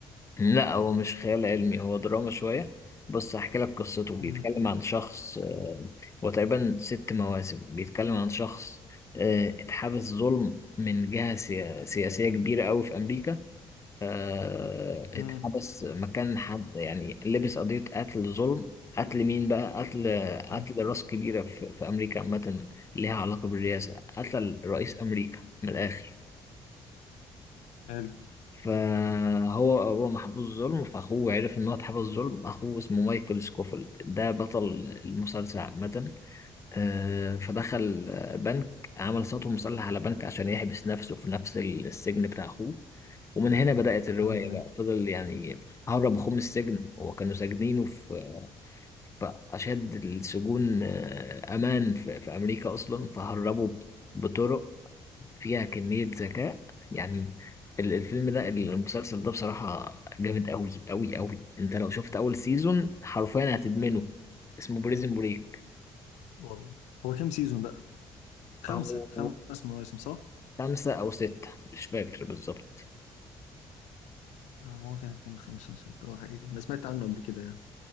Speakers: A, on the left; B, on the left.
A: لا هو مش خيال علمي هو دراما شوية بص هحكي لك قصته بيتكلم
B: امم
A: عن شخص آه، هو تقريبا ست مواسم بيتكلم عن شخص آه، اتحبس ظلم من جهة سيا- سياسية كبيرة أوي في أمريكا آه، اتحبس
B: امم
A: مكان حد يعني لبس قضية قتل ظلم قتل مين بقى قتل
B: امم
A: قتل راس كبيرة في في أمريكا عامة ليها علاقة بالرئاسة قتل رئيس أمريكا من الآخر
B: حلو
A: فهو هو محبوس ظلم فاخوه عرف ان هو اتحبس ظلم اخوه اسمه مايكل سكوفيلد ده بطل المسلسل عامة آه، فدخل آه، بنك عمل صوته مسلح على بنك عشان يحبس نفسه في نفس السجن بتاع اخوه ومن هنا بدأت الرواية
B: أيوه
A: بقى
B: أيوه
A: فضل يعني هرب اخوه من السجن هو كانوا ساجنينه في في أشد السجون آه، أمان في في أمريكا أصلا فهربوا بطرق فيها كمية ذكاء يعني ال- الفيلم ده المسلسل
B: حلو.
A: ده بصراحة جامد أوي أوي أوي أنت لو شفت أول سيزون حرفيا هتدمنه اسمه بريزن بريك
B: والله هو كام سيزون بقى؟ خمسة
A: هو
B: خمس مواسم صح؟
A: خمسة أو ستة مش فاكر بالظبط
B: آه ممكن يكون خمسة ستة أو حاجة أنا سمعت عنه قبل كده يعني